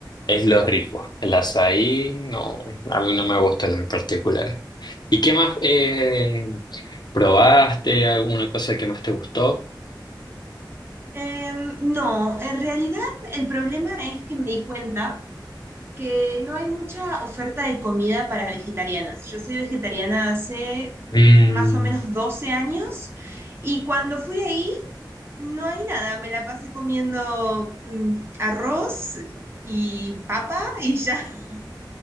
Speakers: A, on the left; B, on the right.
A: es lo rico. El azaí no, a mí no me gusta en particular. ¿Y qué más eh, probaste? ¿Alguna cosa que más te gustó?
B: Em, no, en realidad el problema es que me di cuenta que no hay mucha oferta de comida para vegetarianas. Yo soy vegetariana hace
A: Mm.
B: más o menos 12 años y cuando fui ahí no hay nada. Me la pasé comiendo mm, arroz y papa y ya. <laughs>